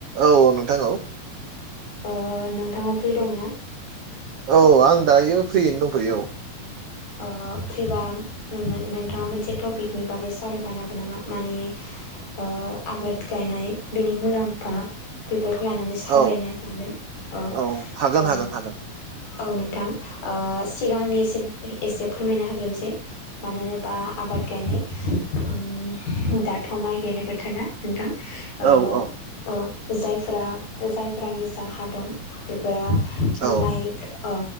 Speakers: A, on the right; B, on the left.
A: औ नोंथां औ
B: ओ नोंथाङा फ्रि दंना
A: औ आं दायो फ्रियैनो दंथ'यो औ
B: ओ फ्रिबा नोमोन नोंथाङा मोनसे टपिकनि बागै सावरायफानो हागोन नामा माने ओ आबाद गायनाय बेनि मुलाम्फा बेफोरखौ लानानै सावरायनो
A: औ
B: सानदों
A: औ हागोन हागोन हागोन
B: औ नोंथां ओ सिगांनि एसे एसे फोरमायना होग्रोनोसै मानो होनोबा आबाद गायनाय ओम दाथ' माइ गायनाय बोथोरा नोंथां
A: औ
B: ओ
A: औ
B: जायफोरा जायफोरा निजा हा दं बे
A: औ
B: माइक ओ